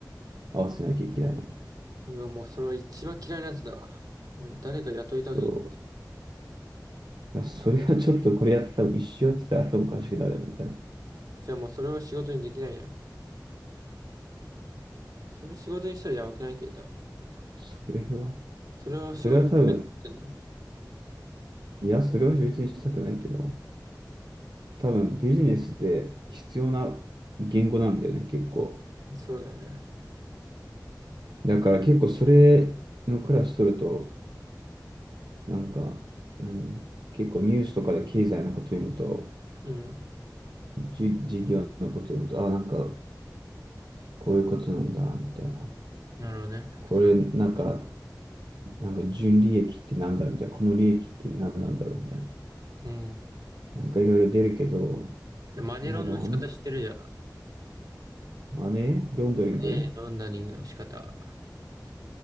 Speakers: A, on the right; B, on the right.
A: 合わせなきゃいけないの。
B: うわ、もうそれは一番嫌いなやつだわ。もう誰か雇いたく
A: そう。あそれはちょっとこれやったら一周やってたら頭おかしくなるみたいな。
B: じゃあもうそれは仕事にできないや。それ仕事にしたらやばくないけど。
A: そ、それは、
B: それを仕事にしたいと思ってんの
A: それは多分、いや、それは別にしたくないけど、多分ビジネスで必要な言語なんだよね、結構。
B: そうだよね。
A: だから結構それのクラス取ると、なんか、何結構ニュースとかで経済のこと読むと、
B: うん。
A: じ、事業のこと読むと、あ、なんか、こういうことなんだ、みたいな。
B: なるほどね。
A: これ、
B: そ
A: なんか、なんか純利益ってなんだ、みたいな。この利益って何なんだろう、みたいな。
B: うん。
A: なんかいろいろ出るけど、
B: で、マネロンの仕方知ってるじゃ
A: いや、でもあの、あれロンドリング
B: ん。ええ、ロンダリングの仕方。